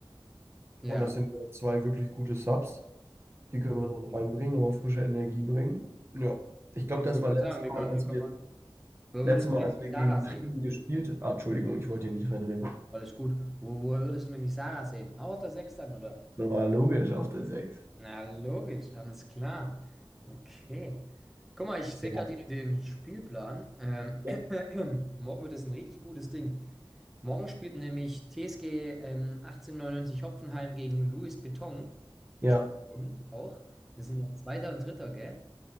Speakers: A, in the centre; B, on the right.
A: Ja.
B: Und das sind ja zwei wirklich gute Subs. Die können wir dann reinbringen, nochmal frische Energie bringen. Ja, ich glaube,
A: Ich
B: das
A: wollte
B: war
A: gerade
B: letztes
A: sagen, wir
B: Mal,
A: können,
B: als
A: wir können
B: wir
A: mal. Wo
B: Letztes
A: würdest
B: Mal,
A: du
B: als
A: denn die
B: wir
A: Sarah
B: gegen
A: sehen?
B: Trieben gespielt Ah, Entschuldigung, ich wollte hier nicht reinreden.
A: Alles gut. Wo, wo würdest du denn die Sarah sehen? Auch auf der Sechs dann, oder?
B: Na, war logisch auf der 6.
A: Na, logisch, alles klar. Okay. Guck mal, ich sehe
B: Ja.
A: gerade hier den Spielplan. Ähm,
B: Ja.
A: <clears throat> morgen wird es ein richtig gutes Ding. Morgen spielt nämlich TSG ähm, 1899 Hopfenheim gegen Louis Beton.
B: Ja,
A: Die spielen morgen auch. Das sind ja Zweiter und Dritter, gell?